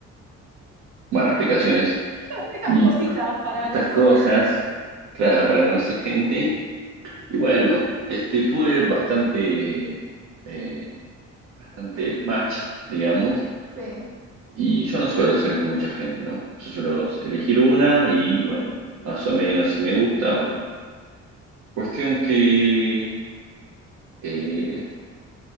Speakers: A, on the right; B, on the right.
A: bueno, aplicaciones
B: Estas, estas
A: y
B: cositas
A: cu-
B: para
A: estas
B: conocer
A: cosas,
B: gente.
A: claro, para conocer gente. Y bueno, este, tuve bastante, eh, bastante match, digamos,
B: Sí.
A: y yo no suelo salir con mucha gente, ¿no? Yo suelo elegir una y bueno,
B: Y
A: más
B: va,
A: o menos si me gusta, vamos. Cuestión que eh,